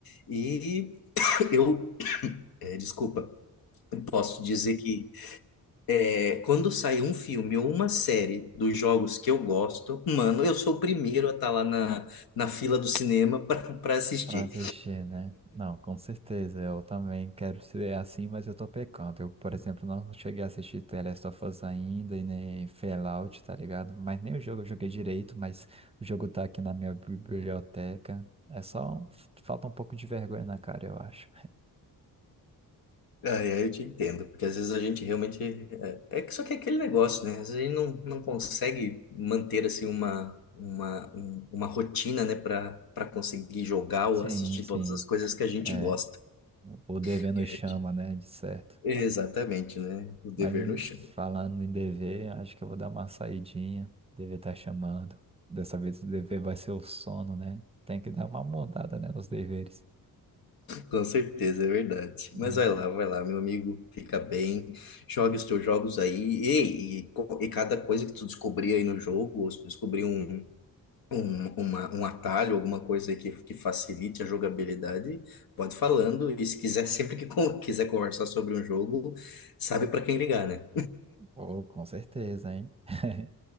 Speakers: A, on the left; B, on the right.
A: E <coughs> eu, eh, desculpa, posso dizer que eh, quando sai um filme ou uma série dos jogos que eu gosto, mano, eu sou o primeiro a estar lá na, na fila do cinema <laughs> para assistir.
B: Pra assistir, né? Não, com certeza. Eu também quero ser assim, mas eu tô pecando. Eu, por exemplo, não cheguei a assistir The Last of Us ainda e nem Fallout, tá ligado? Mas nem o jogo eu joguei direito, mas o jogo tá aqui na minha biblioteca. É só... um- Falta um pouco de vergonha na cara, eu acho.
A: Ah, é, eu te entendo, porque às vezes a gente realmente. É, é que só que é aquele negócio, né? Às vezes a gente não, não consegue manter assim uma, uma, um- uma rotina, né, para para conseguir jogar ou
B: Sim,
A: assistir
B: sim.
A: todas as coisas que a gente
B: É,
A: gosta.
B: o o dever
A: Porque
B: nos
A: a gente...
B: chama, né? De certo.
A: Exatamente, né? O dever
B: Mas em
A: no chão.
B: falando em dever, acho que eu vou dar uma saidinha. Dever tá chamando. Dessa vez o dever vai ser o sono, né? Tem que dar uma mudada, né, nos deveres.
A: Com certeza, é verdade. Mas
B: Uhum.
A: vai lá, vai lá, meu amigo, fica bem, jogue os teus jogos aí. E, e, co- e cada coisa que tu descobrir aí no jogo, ou se tu descobrir um, um, uma, um atalho, alguma coisa aí que, que facilite a jogabilidade, pode ir falando. E se quiser, <laughs> sempre que con- quiser conversar sobre um jogo, sabe para quem ligar, né?
B: Oh, com certeza, hein? <laughs>